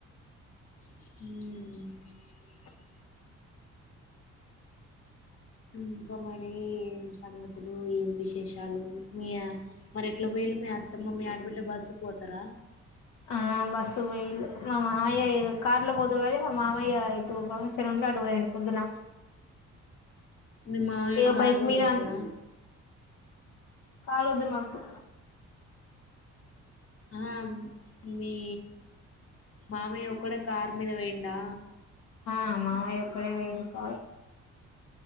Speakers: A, on the left (about 50°); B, on the left (about 80°).
A: హు
B: హ
A: ఇంకా మరి ఏం సంగతులు ఏం విశేషాలు మీ మరి ఎట్లా పోయిలు మీ అత్తమ్మ మీ ఆడబిడ్డ బాసు పోతరా
B: ఆ బస్సు పోయిలు మా మామయ్య కార్ లో పోతురు కానీ, మా మామయ్య ఇటు ఫంక్షన్ ఉంటే అటు పోయండు పొద్దున.
A: మీ మామయ్య
B: ఇగ
A: కార్
B: బైక్
A: తోలేకి
B: మీద
A: వత్తదా.
B: కారుద్ మాకు
A: ఆ మీ మామయ్య ఒక్కడే కార్ మీద పోయిండా
B: ఆ మామయ్య ఒక్కడే పోయిండు కార్